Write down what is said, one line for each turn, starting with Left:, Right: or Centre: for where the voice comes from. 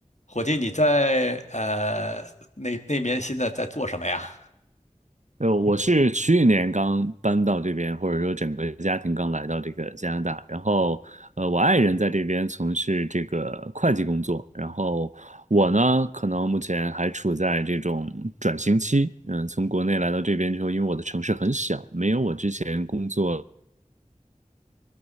Left: 伙计，你在呃那那边现在在做什么呀？
Right: 呃，我是去年刚搬到这边，或者说整个家庭刚来到这个加拿大。然后，呃，我爱人在这边从事这个会计工作，然后我呢，可能目前还处在这种转型期。嗯，从国内来到这边之后，因为我的城市很小，没有我之前工作